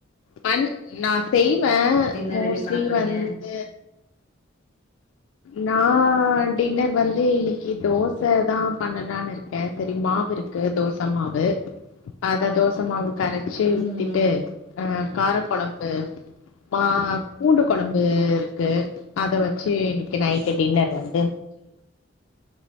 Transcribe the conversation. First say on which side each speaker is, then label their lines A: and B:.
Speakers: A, on the left (about 70°); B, on the left (about 35°).
A: பண்ணுனா செய்வே
B: டின்னர்
A: மோஸ்ட்லி
B: ரெடி பண்ண போறீங்க
A: வந்து நா டின்னர் வந்து இன்னக்கீ தோச தா பண்ணலான்னு இருக்கே சரி மாவிருக் கு தோச மாவு அத தோச மாவு கரச்சு ஊத்திட்டு
B: ம் ம்
A: அ காரக்கொழம்பு மா பூண்டு கொழம்புருக்கு அத வச்சு இன்னக்கி நைட்டு டின்னர் வந்